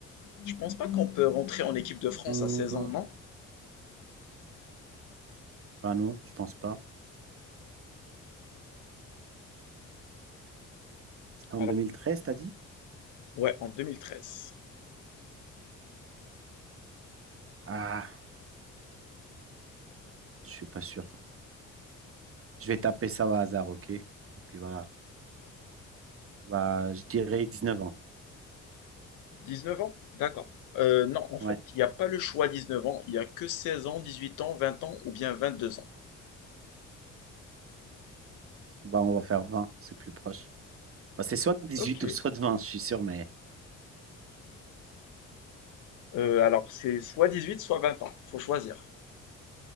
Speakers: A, on the left; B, on the right.
A: Je pense pas qu'on peut rentrer en équipe de France
B: Hmm,
A: à 16 ans, non?
B: Bah non, je pense pas. C'était en
A: Alors,
B: deux mille treize t'as dit?
A: ouais, en 2013.
B: Ah, je suis pas sûr. Je vais taper ça au hasard, ok? Et puis voilà. Bah, je dirais 19 ans.
A: dix-neuf ans? D'accord. Euh, non, en fait,
B: Ouais.
A: il n'y a pas le choix 19 ans. Il n'y a que 16 ans, 18 ans, 20 ans ou bien vingt-deux ans.
B: Bah, on va faire vingt c'est plus proche. Bah, c'est soit dix-huit
A: Ok.
B: ou soit vingt je suis sûr, mais
A: Euh, alors, c'est soit 18 soit 20 ans. Faut choisir.